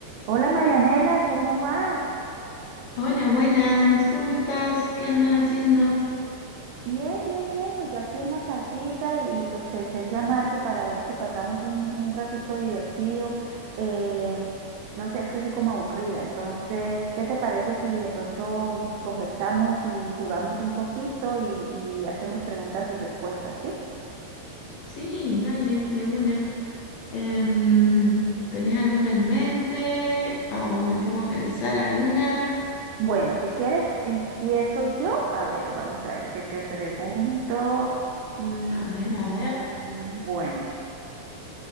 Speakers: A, on the right; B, on the left.
A: Hola Marianela, ¿cómo vas?
B: Hola, buenas, ¿cómo estás? ¿Qué andas haciendo?
A: Bien, bien, bien, pues yo aquí en la casita y pues pensé en llamarte para ver si pasamos un, un ratico divertido. Eh, no sé, es que soy como aburrida, entonces, ¿qué te parece si de pronto conversamos y jugamos un poquito y, y hacemos preguntas y respuestas, ¿sí?
B: Sí, dale, de una. Em, ¿tenés alguna en mente? ¿O me pongo a pensar alguna?
A: Bueno, si quieres, empiezo yo. A ver, vamos a ver qué te pregunto. Mm,
B: A ver, a ver,
A: mm, bueno,